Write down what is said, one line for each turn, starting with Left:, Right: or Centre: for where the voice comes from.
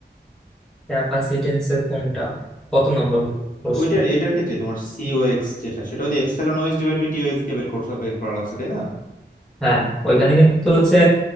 Centre: ক্যাপাসিটেন্সের কোনটা কত নম্বর প্রশ্ন
Left: ওইটার এটার ক্ষেত্রে তোমার সিওএক্স যেটা সেটা ওই epsilon OX divide by TOX দিয়ে বের করতে বের করা লাগছে তাই না
Centre: হ্যাঁ ওইখানে কিন্তু হচ্ছে